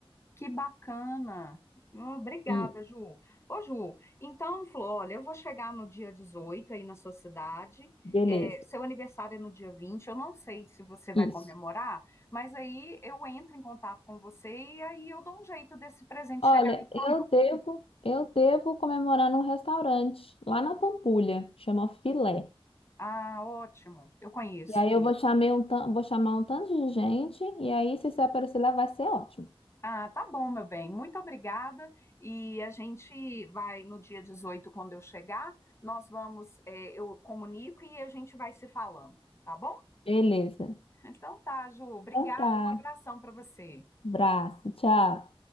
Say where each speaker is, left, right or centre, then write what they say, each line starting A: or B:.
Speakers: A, on the left; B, on the left.
A: que bacana. Hum, Obrigada,
B: E
A: Ju. Ô, Ju, então, Flor, olha, eu vou chegar no dia 18 aí na sua cidade.
B: beleza.
A: É, seu aniversário é no dia 20. Eu não sei se você vai
B: Isso.
A: comemorar, mas aí eu entro em contato com você e aí eu dou um jeito desse presente
B: Olha,
A: chegar na
B: eu
A: sua mão.
B: devo, eu devo comemorar num restaurante lá na Pampulha, chama Filé.
A: Ah, ótimo. Eu conheço.
B: E aí eu vou chamar um, tan- vou chamar um tanto de gente, e aí se você aparecer lá vai ser ótimo.
A: Ah, tá bom, meu bem. Muito obrigada. E a gente vai no dia 18 quando eu chegar, nós vamos, eh, eu comunico e a gente vai se falando, tá bom?
B: Beleza.
A: Então tá, Ju. Obrigada.
B: Então tá.
A: Um abração para você.
B: Abraço, tchau.